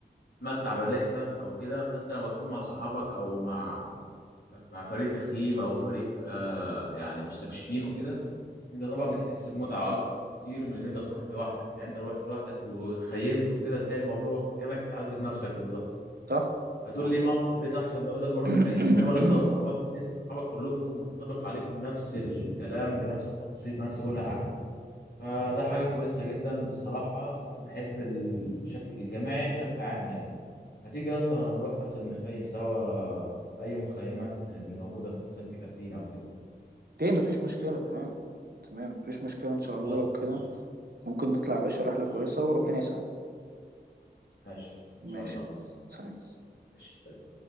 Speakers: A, on the left; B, on the right.
A: تتمتع بالرحله او كده فانت لما تكون مع صحابك او مع مع فريق تخييم او فريق آه يعني مستكشفين وكده انت طبعا بتحس بمتعه اكتر كتير من ان انت تروح لوحدك يعني انت رحت لوحدك وخيمت وكده تلاقي الموضوع كانك بتعذب نفسك بالظبط
B: صح
A: هتقول
B: صح
A: لي ما اقعد في البيت احسن بدل ما اروح
B: <clears throat>
A: اخيم انما لو انت واصحابك
B: <coughs>
A: انت واصحابك كلكم منطبق عليكم نفس الكلام بنفس التفاصيل بنفس كل حاجه فده حاجة كويسة جدا الصراحة بحب ال- الشكل الجماعي بشكل عام يعني ما تيجي يا اسطى نروح مثلا نخيم سوا في أي مخيمات من اللي موجودة في سانت كاترين أو كده
B: اوكي مفيش مشكلة تمام تمام مفيش مشكلة ان شاء الله
A: خلاص
B: لو كده
A: ماشي
B: ممكن نطلع يا باشا رحلة
A: ماشي
B: كويسة وربنا يسهل
A: ماشي يا اسطى
B: ماشي
A: إن شاء الله
B: يا هندسة. سلام
A: ماشي سلام.